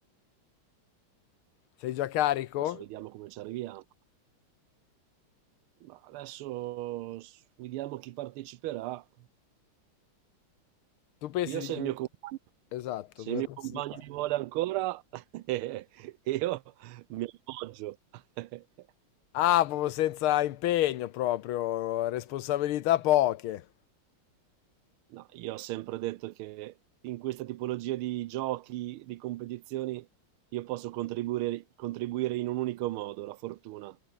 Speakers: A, on the left (about 80°); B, on the right (about 85°).
A: Sei già carico?
B: Adesso vediamo come ci arriviamo. Ma adesso s- vediamo chi parteciperà.
A: Tu pensi
B: Io se
A: di...
B: il mio, com-
A: Esatto,
B: se
A: cosa
B: il mio
A: pensi
B: compagno
A: di fare?
B: mi vuole ancora, <laughs> io mi appoggio. <laughs>
A: Ah, proprio senza impegno proprio, responsabilità poche.
B: No, io ho sempre detto che in questa tipologia di giochi, di competizioni, io posso contribuire, contribuire in un unico modo, la fortuna.